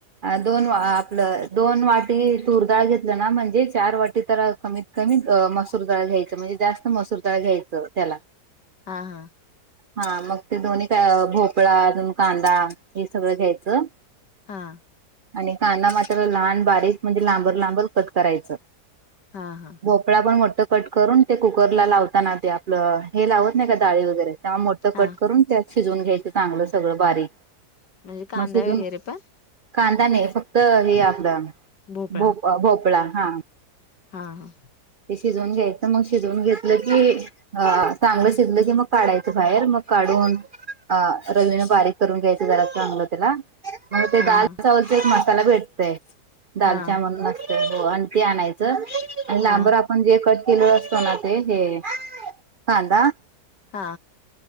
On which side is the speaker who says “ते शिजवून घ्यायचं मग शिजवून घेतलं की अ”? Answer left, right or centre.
Right